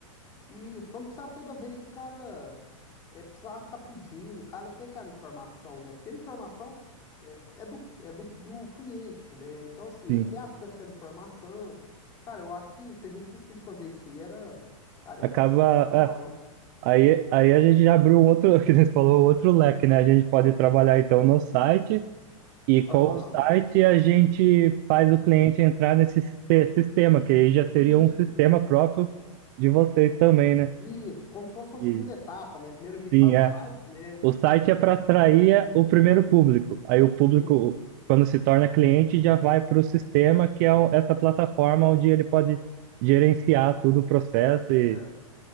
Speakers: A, on the left; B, on the right.
A: Isso, pra não precisar toda vez o cara é, precisar ficar pedindo, o cara ter aquela informação, né? Porque a informação é, é do, é do, do cliente, né? Então, assim,
B: sim.
A: ele tem acesso àquela informação. Cara, eu acho que se a gente conseguisse fazer isso aí, era, cara,
B: Acaba,
A: era sensacional,
B: é,
A: hein?
B: Aí, aí a gente já abriu um outro, <laughs> que você falou, um outro leque, né? A gente pode trabalhar então no site e com
A: Aham.
B: o site a gente faz o cliente entrar nesse siste- sistema, que aí já seria um
A: Isso,
B: sistema próprio de vocês também, né?
A: isso. Como se fosse uma
B: E
A: segunda etapa, né? Primeiro a gente
B: sim,
A: faz
B: é.
A: o site, né?
B: O site é para atrair o primeiro público. Aí o público,
A: Isso.
B: quando se torna cliente, já vai para o sistema, que é o- essa plataforma onde ele pode
A: Aham.
B: gerenciar todo o processo e,
A: Certo,